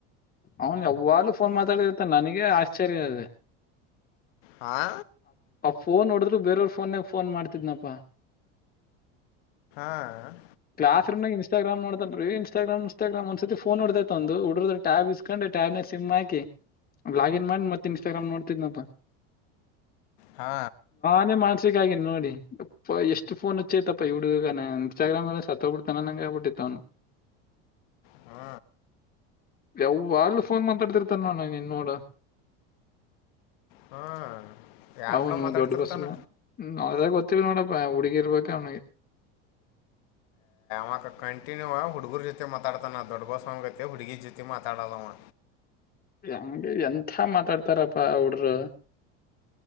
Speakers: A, on the left (about 30°); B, on the left (about 75°).
A: ಅವನ್ ಅವ್ವಾಗಲುೂ ಫೋನ್ ಮಾತಾಡಿರ್ತ ನನಗ ಆಶ್ಚರ್ಯ ಇದೆ
B: ಹಾ
A: ಆ ಫೋನ್ ನೋಡದ್ರು ಬೇರೆಯವ್ರ ಫೋನಮಾಡ್ತಿ ದ್ದ ಫೋನ್ ಮಾಡ್ತಿದ್ನಪ್ಪಾ
B: ಹಾಂ
A: ಕ್ಲಾಸ್ ರೂಮ್ಾಗ ಇನ್ಟ್ರಾಮ್ ನೋತಲ್ರೀ ಇನ್ಸ್ಟಾಗ್ರಾಮ್ ಇಸ್ಟಾಗ್ರಾಮ್ ಒಂದಸ ಸತಿ ಫೋನ್ ಹೊಡತೈತ ಒಂದು ಉುಡ್ರ ಟ್ಯಾಬ್ ಇಸ್ಕೊಂಡು ಟ್ಯಾಬ್ನ ಸಿಮ್ ಹಾಕಿ ಬ್ಲಾಗಿನ್ ಮಾಡಿ ಮತ್ತ ಇನ್ಸ್ಟಾಗ್ರಾಮ್ ನೋಡ್ತಿದ್ನ ನಪ್ಪ
B: ಹಾ
A: ಮಾಡನ್ಸಕ್ ಆಗ ನೋಡಿ ಎಷ್ಟು ಫೋನ್ ಹಚ್ಚೈತಪ್ಪ ಹುಡುಗ ಇನ್ಸ್ಟಾಗ್ರಾಮ್ ಸತ್ತ ಹೋಗ್ಬಿಡ್ತಾನ ನಂಗಗೆ ಹಬಿಟ್ಟತ್ತ
B: ಹಾ
A: ಯಾವಾಗ್ಲೂ ಫೋನ್ ಮಾತಾಡ್ತಿರ್ತಾನ ಇನ್ನೋಡ
B: ಹಾ ಯಾರ
A: ಹೌನು
B: ಕೂಡ ಮಾತಾಡ್ತಿರ್ತಾನ
A: ದೊಡ್ಡ ಬಸವ ಹದ ಗ ಎ ನ ಡಿಕರಬೇಕಕ್ಕಣ
B: ಮಾಕ ಕಂಿನ್ಯೂ ಆ ಹುಡುಗರು ಜೊತೆ ಮಾತಾಡ್ತಾನ ನ ದೊಡ್ಡಗೋ ಸ್ವಾಮಿಗೆ ಜೊತೆ ಹುಡುಗಿ ಜೊತೆ ಮಾತಾಡಲ್ಲಮ್ಮ
A: ಹೆಂಗೆ ಎಂಥ ಮಾತಾಡ್ತಾರಪ್ಪಾ ಅವಡರು